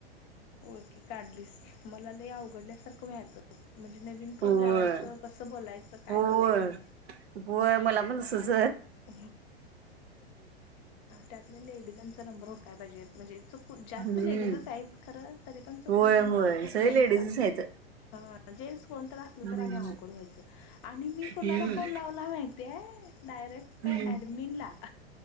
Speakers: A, on the left; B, on the right.
A: ओळखी काढलीस मला लव पडल्यासारखं व्हालत. म्हणजे नवीन फोन
B: होय
A: लावायचं, कसं बोलायचं काय,
B: होय
A: कळत नाहीे.
B: होय मला पण तसंच
A: <inaudible> त्यातल्या लेडीजांचा नंबर हुडकाया पाहिजेत म्हणजे? जास्त
B: हम्म
A: लेडीजच आहेत खरं, तरी पण चुकून
B: होय
A: कोणाचं
B: होय
A: तर
B: सगळे
A: जेन्टस
B: लेडीजच
A: च आलं तर
B: आहेत.
A: ह. जेन्टस कोणतं तर असलं
B: हम्म
A: तरी, आणि अवघड व्हायचं, आणि मी कोणाला
B: हम्म
A: फोन लावला माहिती हाय? करेक्ट
B: हम्म
A: ॲडमिनला.